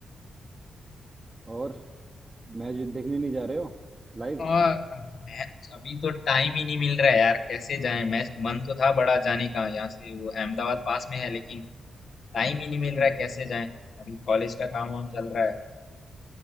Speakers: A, on the right; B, on the left.
A: और मैच देखने नहीं जा रहे हो लाइव
B: और मैच अभी तो टाइम ही नहीं मिल रहा है यार कैसे जाएं मैच मन तो था बड़ा जाने का यहाँ से वो अहमदाबाद पास में है लेकिन टाइम ही नहीं मिल
A: हाँ
B: रहा है कैसे जाएं अभी कॉलेज का काम वाम चल रहा है